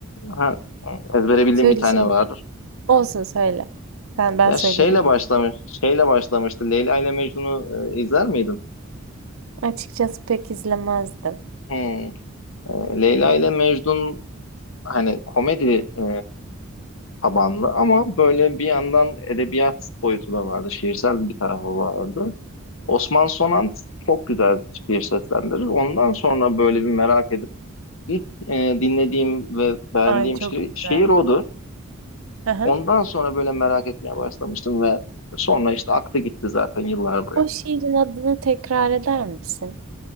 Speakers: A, on the left; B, on the right.
A: Ha, ezbere bildiğim
B: Söyle
A: bir tane
B: söyle.
A: vardır.
B: Olsun söyle. Sen ben
A: Ya
B: söylerim
A: şeyle
B: onu.
A: başlamış, şeyle başlamıştı. Leyla ile Mecnun'u e, izler miydin?
B: Açıkçası pek izlemezdim.
A: Hmm. E, Leyla ile Mecnun hani komedi e, tabanlı ama böyle bir yandan edebiyat boyutu da vardı. Şiirsel bir tarafı vardı. Osman Sonant çok güzel şiir seslendirir. Ondan sonra böyle bir merak edip ilk e, dinlediğim ve beğendiğim
B: Ay çok
A: şiir,
B: güzel.
A: şiir odur.
B: Hı hı.
A: Ondan sonra böyle merak etmeye başlamıştım ve sonra işte aklı gitti zaten yıllar boyu.
B: O şiirin adını tekrar eder misin?